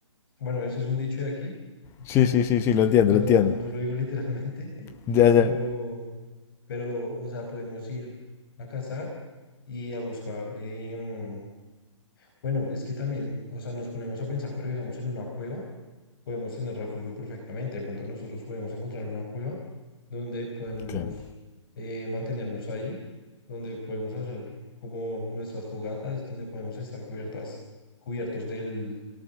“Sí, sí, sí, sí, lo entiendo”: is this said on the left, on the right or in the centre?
Left